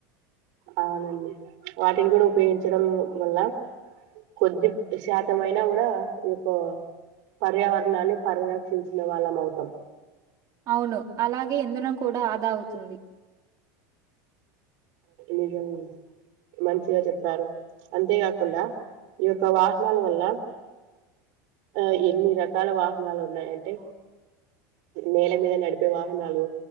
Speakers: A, on the right; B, on the right.
A: అవునండి వాటిని కూడా ఉపయోగించడం వల్ల కొద్ది శాతం అయినా కూడా ఈ యొక్క పర్యావరణాన్ని పరిరక్షించిన వాళ్ళం అవుతాం
B: అవును అలాగే ఇంధనం కూడా ఆదా అవుతుంది
A: నిజం మంచిగా చెప్పారు అంతేకాకుండా ఈ యొక్క వాహనాల వల్ల ఆ ఎన్ని రకాల వాహనాలు ఉన్నాయ అంటే నేల మీద నడిపే వాహనాలు